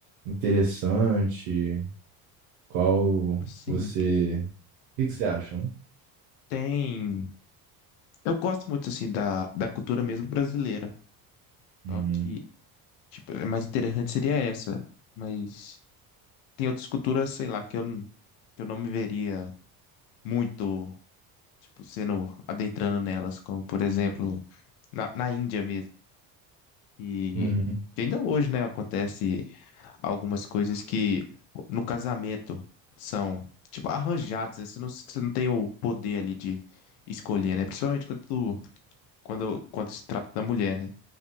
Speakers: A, on the right (about 80°); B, on the left (about 85°).
A: interessante? Qual
B: Assim,
A: você. O que que você acha, né?
B: tem... Eu gosto muito, assim, da, da cultura mesmo brasileira,
A: Uhum.
B: só que, tipo, a mais interessante seria essa, mas tem outras culturas, sei lá, que eu, n- que eu não me veria muito tipo, sendo adentrando nelas, como por exemplo, na, na Índia mesmo. E
A: Uhum.
B: que ainda hoje, né, acontece algumas coisas que no casamento são, tipo, arranjadas, né? Você não, você não tem o poder ali de escolher, né? Principalmente quando, quando, quando se trata da mulher, né?